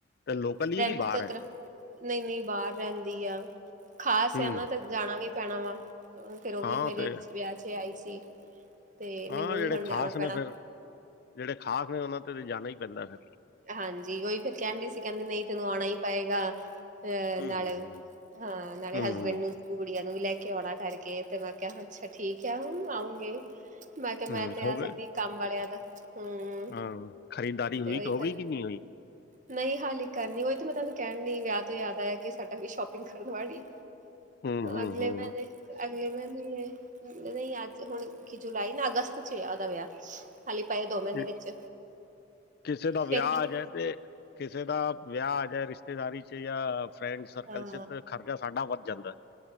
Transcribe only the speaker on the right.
ਕੈਂਦੀ
ਚਲ
ਤਰਾ ਨੲੀਂ ਨੲੀਂ ਬਾਰ ਰੈਂਦੀ ਆ, ਖਾਸ
ਏਆ ਨਾ ਤੇ ਜਾਣਾ ਵੀ ਪੈਣਾ ਵਾ। ਅ ਫੇਰ ਓ ਵੀ
ਮੇਰੇ
ਚ ਵਿਆ ਚ ਆਈ ਸੀ। ਤੇ
ਮੈਨੂੰ
ਵੀ ਹੁਣ
ਜਾਣਾ ਪੈਣਾ
ਹਾਂਜੀ ਓਈ ਫਿਰ ਕਹਿਣ ਡ ਸੀ ਕਹਿੰਦੇ ਨੲੀਂ ਤੈਨੂੰ ਆਣਾ ਈ ਪਏਗਾ ਤੇ
ਨਾਲ
ਹਾਂ ਨਾਲੇ
ਹਸਬੈਂ
ਨੂੰ ਗੁੜੀਆਂ ਨੂੰ ਵੀ ਲੈ ਕੇ ਆਉਣਾ ਕਰਕੇ, ਤੇ ਮੈਂ ਕਿਹਾ ਅੱਛਾ ਠੀਕ ਹੈ ਹੁਣ ਆਊਂਗੇ ਮੈਂ ਕਿਹਾ, ਮੈਂ
ਤੇ
ਆ ਸਕਦੀ
ਕੰਮ ਵਾਲਿਆਂ ਦਾ ਹੂੰ
ਤੇ ਉਹੀ
ਫਿਰ
ਨਹੀਂ, ਹਾਲੀ ਕਰਨੀ, ਉਹੀ ਤੇ ਮੈਂ ਤੁਹਾਨੂੰ ਕਹਿਣ ਲਗੀ, ਵਿਆਹ ਤੋਂ ਯਾਦ ਆਇਆ ਕਿ ਸਾਡੀ ਵੀ ਸ਼ੋਪਿੰਗ ਕਰਨ ਵਾਲੀ
ਅਗਲੇ
ਮਹੀਨੇ ਹੈ। ਨਹੀਂ ਅੱਜ ਹੁਣ ਕੀ ਜੁਲਾਈ, ਨਾ ਅਗਸਤ ਚ ਉਹਦਾ ਵਿਆਹ ਹਾਲੀ ਪਏ, ਦੋ ਮਹੀਨੇ
ਵਿੱਚ
ਫਿਰ ਵੀ
ਹਾਂ